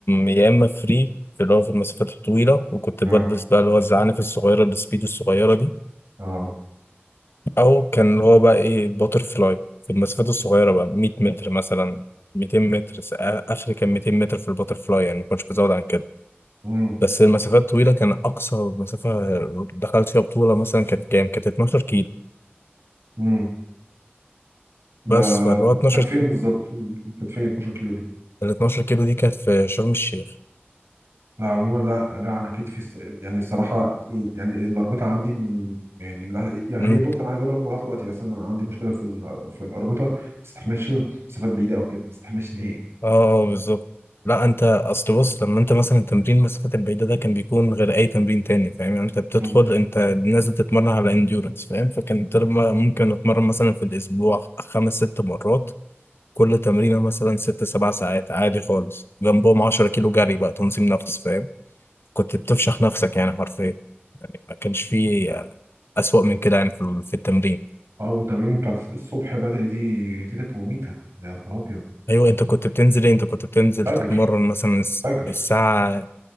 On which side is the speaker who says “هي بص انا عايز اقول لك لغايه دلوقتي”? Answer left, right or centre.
Right